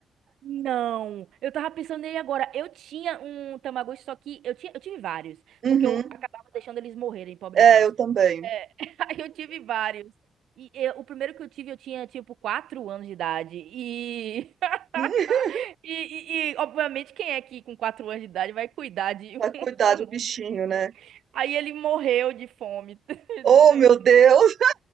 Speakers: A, on the right; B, on the right.
A: Não, eu tava pensando nele agora. Eu tinha um Tamagotchi, só que eu tinha, eu tive vários,
B: Uhum.
A: porque eu acabava deixando eles morrerem, pobrezinhos.
B: É, eu também.
A: É, <laughs> aí eu tive vários. E eu- o primeiro que eu tive, eu tinha tipo 4 anos de idade. e <laughs>
B: Hum,
A: E, e- e, obviamente, quem é que com quatro anos de idade vai cuidar de
B: pra
A: <laughs>
B: cuidar
A: um,
B: do bichinho,
A: um bichinho?
B: né.
A: Aí ele morreu de fome. <laughs>
B: Oh, meu Deus!